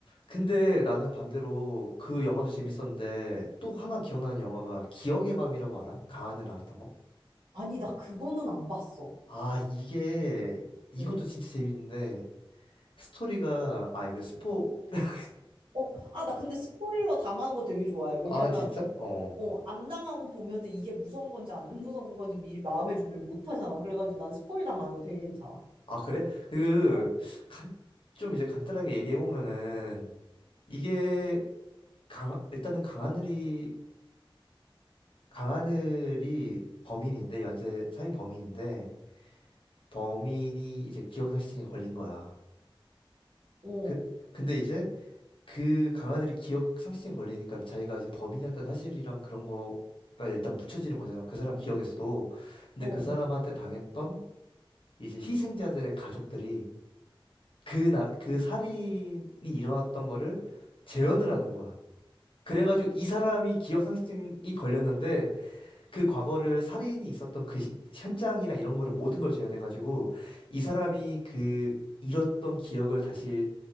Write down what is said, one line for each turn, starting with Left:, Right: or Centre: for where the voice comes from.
Left: 근데 나는 반대로 그 영화도 재밌었는데 또 하나 기억나는 영화가 기억의 밤이라고 알아? 강하늘 나왔던 거?
Right: 아니 나 그거는 안 봤어.
Left: 아, 이게 이것도
Right: 어.
Left: 진짜 재밌는데 스토리가 아, 이거 스포 <laughs>
Right: 어, 아, 나 근데 스포일러 당하는 거 되게 좋아해. 왜냐면
Left: 아, 진짜? 어.
Right: 어, 안 당하고 보면은 이게 무서운 건지 안 무서운 건지 미리 마음의 준비를 못 하잖아. 그래가지고 난 스포일 당하는 거 되게 괜찮아.
Left: 아, 그래? 그
Right: 어,
Left: 간 좀 이제 간단하게 얘기해 보면은 이게 강 일단은 강하늘이 강하늘이 범인인데 연쇄 살인 범인인데 범인이 이제 기억상실증에 걸린 거야.
Right: 어,
Left: 그, 근데 이제 그 강아들이 기억 상실증 걸리니까 자기가 이제 범인이었던 사실이랑 그런 거가 일단 묻혀지는 거잖아. 그 사람 기억에서도. 근데
Right: 어,
Left: 그
Right: 어.
Left: 사람한테 당했던 이제 희생자들의 가족들이 그 나, 그 살인이 일어났던 거를 재현을 하는 거야. 그래가지고 이 사람이 기억 상실증이 걸렸는데 그 과거를 살인이 있었던 그 시- 현장이나 이런 거를 모든 걸 재현해가지고 이 사람이 그 잃었던 기억을 다시